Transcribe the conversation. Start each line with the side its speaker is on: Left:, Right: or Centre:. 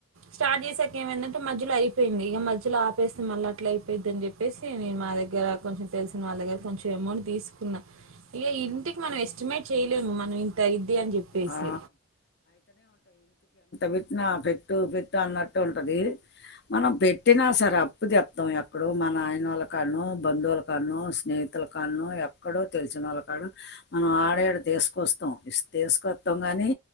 Right: స్టార్ట్ చేసాక ఏమైందంటే మధ్యలో అయిపోయింది ఇక మధ్యలో ఆపేస్తే మళ్ళీ అట్లా అయిపోయిద్ది. అని చెప్పేసి నే మా దగ్గర కొంచెం తెలిసిన వాళ్ళ దగ్గర కొంచెం. తీసుకున్నా ఇక ఇంటికి మనం ఎస్టిమేట్ చేయలేము మనం ఇంత ఐద్ది అని చెప్పేసి
Left: ఆ వచినా పెట్టు పెట్టు అన్నట్టు ఉంటది మనం పెట్టినా సరే అప్పు చెప్తం ఎక్కడో మా నయనోలకి కన్నో బంధువుల కాన్నో స్నేహితుల కాన్నో ఎక్కడో తెలిసిన వాళ్ళ కాడ మనం ఆడ ఈడ తీసుకొస్తాం తీసుకొస్తాం కానీ